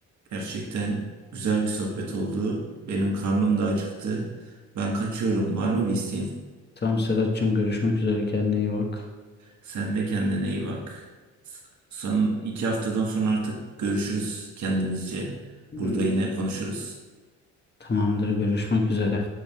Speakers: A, on the right; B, on the left.
A: Gerçekten güzel bir sohbet oldu. Benim karnım da acıktı. Ben kaçıyorum. Var mı bir isteğin
B: Tamam Serhat'cığım görüşmek üzere kendine iyi bak.
A: Sen de kendine iyi bak. Son iki haftadan sonra artık görüşürüz kendimizce.
B: Hmm.
A: Burada yine konuşuruz.
B: Tamamdır görüşmek üzere.